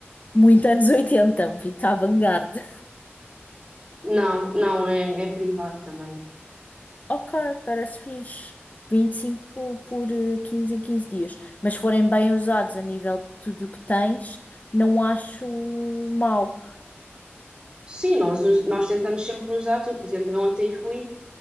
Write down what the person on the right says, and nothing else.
não, não, é, é privado também.
Sim, nós, us- nós tentamos sempre usar tudo. Por exemplo, eu ontem fui,